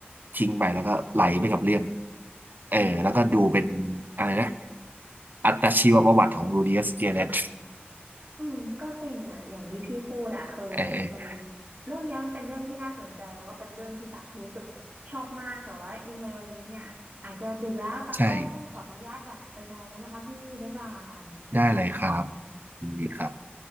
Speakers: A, on the right (about 50°); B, on the right (about 75°).
A: ทิ้งไปแล้วก็ไหลไปกับเรื่องเออแล้วก็ดูเป็น
B: อืม
A: อะไรนะอัตชีวประวัติของ r ูดิอัสเกียเลต
B: อืมก็จริงอ่ะอย่างที่พี่พูดอ่ะคือเป็น
A: เออเออ
B: เรื่องเนี้ยมันเป็นเรื่องที่น่าสนใจแล้วก็เป็นเรื่องที่ตักรู้สึกชอบมากแต่ว่ายังไงวันนี้เนี่ยอาจจะดึกแล้วตักก็ต้องขออนุญาตแบบไปนอนแล้วนะคะพี่บ๊ายบาย
A: ใช่ ได้เลยครับยินดีครับ